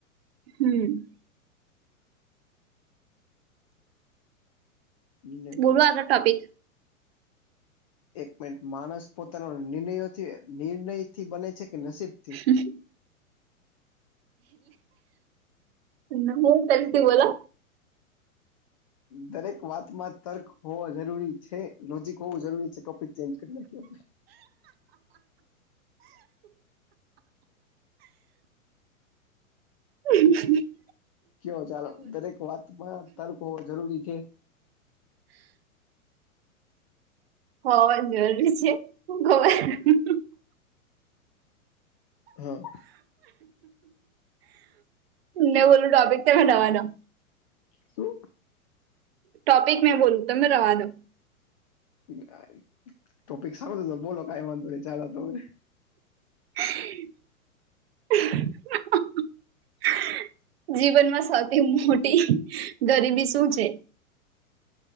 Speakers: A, on the right (about 45°); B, on the left (about 25°).
A: હમ.
B: નિર્ણયથી
A: બોલો
B: બને
A: આગળ ટોપિક.
B: એક મિનિટ માણસ પોતાનો નિર્ણયોથી નિર્ણયથી બને છે કે નસીબથી.
A: હમ હું થયું કાંઈક તો બોલો.
B: દરેક વાતમાં તર્ક હોવો જરૂરી છે લોજીક હોવું જરૂરી છે ટોપિક. ચેન્જ કરી નાખીએ આપણે.
A: હ. <unintelligible>
B: કયો ચાલો દરેક વાતમાં તર્ક હોવો જરૂરી છે
A: હોવા જરૂરી છે હું ખબર.
B: હા.
A: શને બોું અપક તખ નવાનો. <unintelligible>
B: શું.
A: ટોપિક મેં બોલું તમને રવા દો.
B: હા ટોપિક સારું છે બોલો કાઈ વાંધો નહી ચાલો તમે
A: <inaudible> જીવનમાં સૌથી મોટી ગરીબી શું છે?